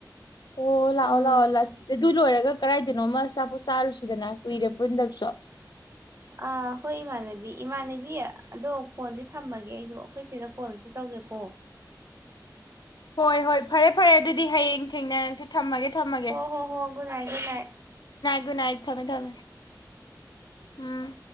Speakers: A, on the left; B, on the right.
A: ꯑꯣ ꯂꯑꯣ
B: ꯎꯝ
A: ꯂꯑꯣ ꯂꯥꯛ ꯗꯨꯂ ꯑꯣꯏꯔꯦꯒ ꯀꯗꯥꯏꯗꯅꯣꯃ ꯑꯆꯥꯄꯣꯠ ꯆꯥꯔꯨꯁꯤꯗꯅ ꯀꯨꯏꯔꯦ ꯄꯨꯟꯗꯕꯁꯨ
B: ꯑ ꯍ ꯃꯥꯅꯦꯕꯤ ꯏꯃꯥꯟꯅꯕꯤ ꯑꯗꯣ ꯐꯣꯟꯗꯤ ꯊꯝꯃꯒꯦ ꯑꯩꯖꯨ ꯑꯩꯈꯣꯏ ꯆꯦꯗ ꯀꯣꯜ ꯑꯝꯇ ꯇꯧꯒꯦꯀꯣ
A: ꯍꯣꯏ ꯍꯣꯏ ꯐꯔꯦ ꯐꯔꯦ ꯑꯗꯨꯗꯤ ꯍꯌꯦꯡ ꯊꯦꯡꯅꯔꯁꯤ ꯊꯝꯃꯒꯦ ꯊꯝꯃꯒꯦ
B: ꯍꯣ ꯍꯣ ꯍꯣꯒꯨꯅꯏꯒꯨꯅꯏ
A: ꯅꯥ ꯊꯝꯃꯦ ꯊꯝꯃꯦ ꯎꯝ